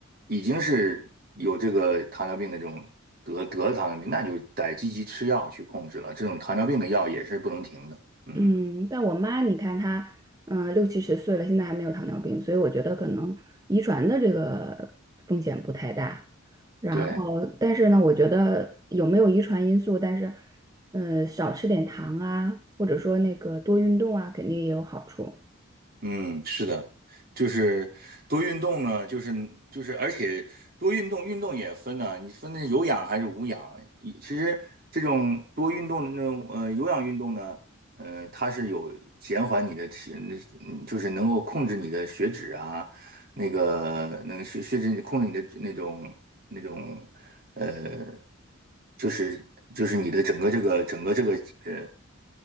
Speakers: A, on the right; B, on the right.
A: 已经是有这个糖尿病的这种得得了糖尿病，那就得积极吃药去控制了。这种糖尿病的药也是不能停的。嗯，
B: 嗯，但我妈，你看她，嗯、六七十岁了，现在还没有糖尿病，所以我觉得可能遗传的这个风险不太大。然后，
A: 对。
B: 但是呢，我觉得有没有遗传因素，但是，呃，少吃点糖啊，或者说那个多运动啊，肯定也有好处。
A: 嗯，是的，就是多运动呢，就是就是，而且多运动，运动也分呢、你分的有氧还是无氧。一其实这种多运动的那种呃有氧运动呢，呃，它是有减缓你的体，嗯就是能够控制你的血脂啊，那个能血血脂控制你的那种那种。呃，就是就是你的整个这个整个这个呃，